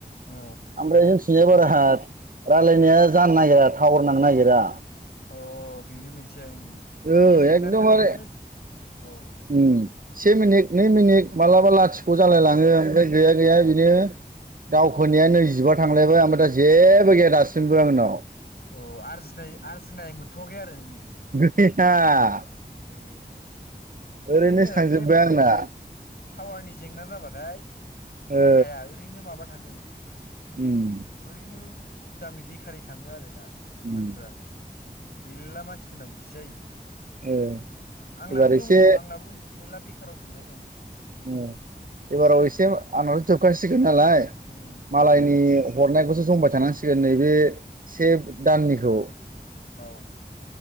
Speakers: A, on the left; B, on the right.
A: औ
B: आमफ्राय जोंथिंजाय बारा रायलायनाया जानो नागिरा टावार नांनो नागिरा
A: अ बेनो मोनसे ओं
B: ओ
A: बे जेंनानि
B: एकदमबारे
A: थाखायनो औ
B: उम से मिनिट नै मिनिट मालाबा लाथिख' जालायलाङो ओमफ्राय गैया गैया
A: औ
B: बिनो दावखोनाया नैजिबा थांलायबाय ओफ्राय दा जेबो गैया दासिमबो आंनाव
A: अ आरजिनाय आरजिनाय मोनथ'वाखै आरो नोङो
B: <unintelligible>
A: ए हे हे
B: ओरैनोसो
A: बेनो
B: थांजोब्बाय
A: बे मा होनोमोनलाय
B: आंना
A: टावारनि जेंना जाबाथाय
B: ओ
A: जाखाया ओरैनो माबा थाङो बे
B: उम
A: ओरैनो उदाङै बेखारै थाङो आरोना
B: उम
A: थाखोआ मेरला मानसिफोरना बिदि जायो
B: ओ
A: आंनाबो
B: एबार
A: दङ
B: एसे
A: आंनाबो मेरला बेखाराव थांनाय दं
B: ए एबाराव
A: उम
B: एसे आंनाथ' जोबखासिगोन नालाय
A: उम उम
B: मालायनि हरनायखौसो जमबाय थानांसिगोन नैबे से दाननिखौ
A: औ